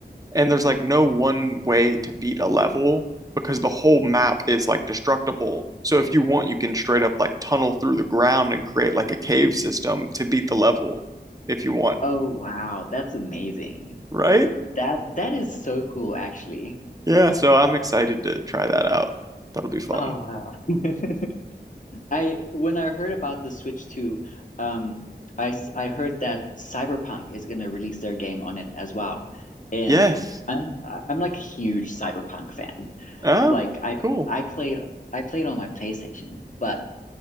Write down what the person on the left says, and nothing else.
Oh wow, that's amazing.
That that is so cool, actually.
Oh wow. <laughs> I when I heard about the Switch 2, um, I s- I heard that Cyberpunk is going to release their game on it as well. And
I'm I- I'm like a huge Cyberpunk fan.
Like I
I played I played on my PlayStation, but